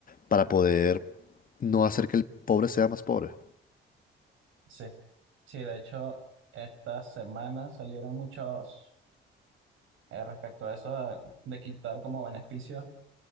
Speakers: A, on the left (about 45°); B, on the right (about 80°).
A: para poder no hacer que el pobre sea más pobre.
B: sí, sí, de hecho, esta semana salieron muchos eh, respecto a eso de, de quitar como beneficio,